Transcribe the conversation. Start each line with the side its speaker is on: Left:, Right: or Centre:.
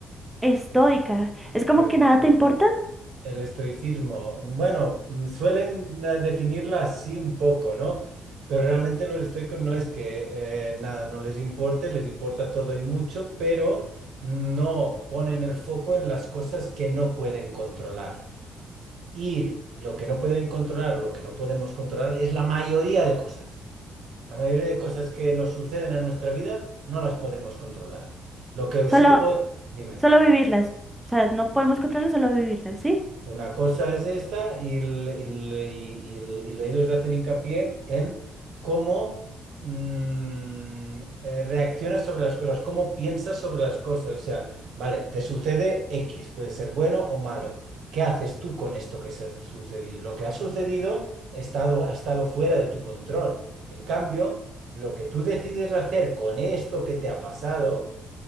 Centre: estoica. Es
Right: Estoica.
Centre: como que nada te importa,
Right: El estoicismo, bueno, mm, suelen eh, definirla así un poco, ¿no? Pero realmente los estoicos no es que eh, nada, no les importe, les importa todo y mucho, pero no ponen el foco en las cosas que no pueden controlar. Y lo que no pueden controlar o lo que no podemos controlar es la mayoría de cosas. La mayoría de cosas que nos suceden en nuestra vida no las podemos controlar. Lo que
Centre: solo,
Right: sí que puedo... Dime.
Centre: solo vivirlas. O sea, no podemos controlarlas, solo vivirlas, ¿sí?
Right: Una cosa es esta y, el- y el- y- y el- y lo- ellos hacen hincapié en cómo mm, eh, reaccionas sobre las cosas, cómo piensas sobre las cosas. O sea, vale, te sucede X, puede ser bueno o malo. ¿Qué haces tú con esto que se ha sucedido? Lo que ha sucedido ha estado, ha estado fuera de tu control. En cambio, lo que tú decides hacer con esto que te ha pasado